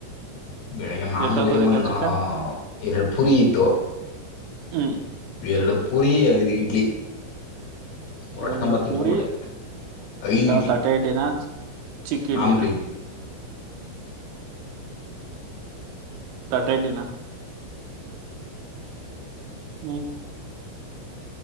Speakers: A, on the left; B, on the right.
A: ಬೆಳಿಗ್ಗೆ ಮಾಮೂಲಿ
B: ಎಷ್ಟೊತ್ಗೋದೆ
A: ಒಂದು
B: ಕೆಲ್ಸಕ್ಕೆ
A: ಎರಡು ಪುರಿ ಇತ್ತು
B: ಹ್ಮ್
A: ಎರಡು ಪರಿ ಐದು ಇಡ್ಲಿ ಹೊಟ್ಟೆ
B: ಎರಡು
A: ತುಂಬ ತಿನ್ಕೊಂಬಿಟ್ಟೆ
B: ಪೂರಿ
A: ಐದು
B: ಯಾವ
A: ಇಡ್ಲಿ
B: ತಟ್ಟೆ ಇಡ್ಲಿನ ಚಿಕ್ಕ್ ಇಡ್ಲಿನ
A: ಮಾಮೂಲಿ ಇಡ್ಲಿ
B: ತಟ್ಟೆ ಇಡ್ಲಿನ ಹ್ಮ್